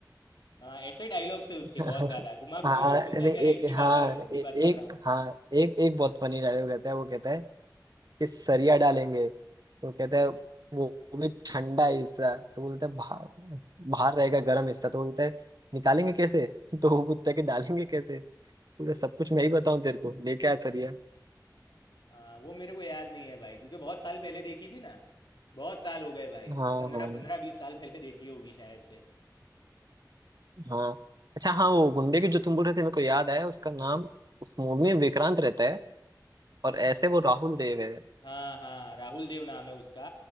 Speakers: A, on the left; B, on the right.
A: हाँ ऐसे डायलॉग थे उसके
B: <laughs>
A: बहुत ज्यादा घुमा घुमा
B: हाँ
A: के वो बोलता
B: नहीं
A: है कि
B: ए,
A: अरे इसकी
B: हाँ
A: बात कर रहा हूँ उसकी
B: ए,
A: बात
B: एक
A: कर रहा हूँ
B: हाँ एक एक बहुत फनी डायलॉग रहता है वो कहता है कि सरिया डालेंगे तो कहता है वो, वो भी ठंडा हिस्सा तो बोलता है बाहर बाहर रहेगा गर्म हिस्सा तो बोलता है निकालेंगे कैसे <laughs> तो वो पूछता है कि डालेंगे कैसे बोलता है, सब कुछ मैं ही बताऊं तेरे को लेके आ सरिया
A: हाँ वो मेरे को याद नहीं है भाई क्योंकि बहुत साल पहले देखी थी ना बहुत साल हो गए भाई
B: हाँ
A: पंद्रह
B: हाँ
A: पंद्रह बीस साल पहले देखी होगी शायद से
B: हाँ अच्छा हाँ वो गुंडे की जो तुम बोल रहे थे मेरे को याद आया उसका नाम उस मूवी में विक्रांत रहता है और ऐसे वो राहुल देव है
A: हाँ हाँ राहुल देव नाम है उसका